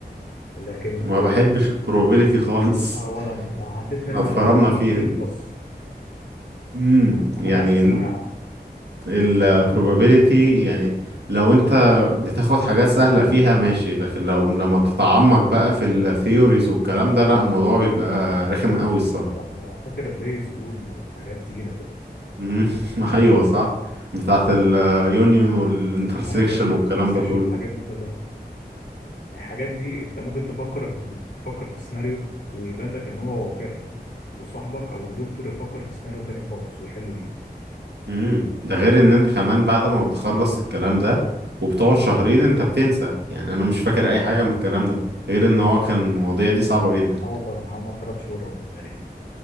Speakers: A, on the left; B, on the right.
A: لكن في
B: ما بحبش البروبابيليتي خالص
A: اه ولا
B: <laughs>
A: انا والله عديت
B: احنا
A: منها
B: اتفرمنا
A: بدي
B: فيها
A: دي بلس
B: امم
A: ما خدناش
B: يعني
A: في ثانويه عامه
B: البروبابيليتي يعني لو انت بتاخد حاجات سهلة فيها ماشي لكن لو لما بتتعمق بقى في الثيوريز والكلام ده لا الموضوع بيبقى رخم قوي الصراحة
A: لا ده فاكر البيز رول وحاجات تقيله كده
B: مم. <laughs> ايوه صح بتاعت اليونيون والانترسكشن
A: ايوه
B: والكلام
A: انترسكشن
B: ده كله
A: الحاجات دي كلها يعني الحاجات دي انت ممكن تفكر تفكر في سيناريو ويبان لك ان هو واقعي وصاحبك او الدكتور يفكر في سيناريو تاني خالص ويحل بيه
B: امم ده غير ان انت كمان بعد ما بتخلص الكلام ده وبتقعد شهرين انت بتنسى يعني انا مش فاكر اي حاجه من الكلام ده غير ان
A: مم.
B: هو كان المواضيع دي صعبه جدا
A: اه والله يعني هما ثلاث شهور اهو تقريبا